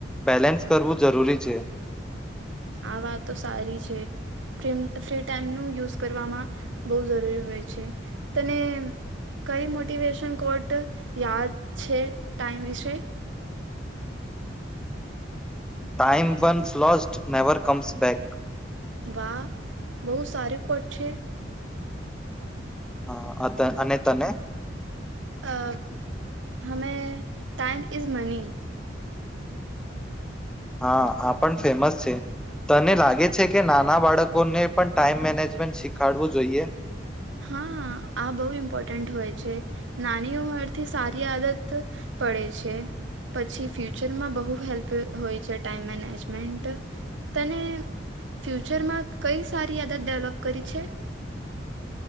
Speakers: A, in the centre; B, on the right (about 80°).
A: બેલેન્સ કરવું જરૂરી છે.
B: આ વાત તો સારી છે, ફ્રી ટાઈમનું યુઝ કરવામાં બહુ જરૂરી હોય છે, તને કઈ મોટિવેશન કોટ યાદ છે? ટાઈમ વિશે.
A: Time one lost never comes back.
B: વાહ બહુ સારી કોટ છે.
A: હા અ અને તને?
B: અ હમે ટાઈમ ઇઝ મની.
A: હા આ પણ ફેમસ છે, તને લાગે છે કે નાના બાળકોને પણ ટાઈમ મેનેજમેન્ટ શીખાડવું જોઈએ?
B: હા આ બહુ ઇમ્પોર્ટન્ટ હોય છે, નાની ઉંમરથી સારી આદત પડે છે, પછી ફ્યુચરમાં બહુ હેલ્પ હોય છે ટાઈમ મેનેજમેન્ટ, તને ફ્યુચરમાં કઈ સારી આદત ડેવલપ કરી છે?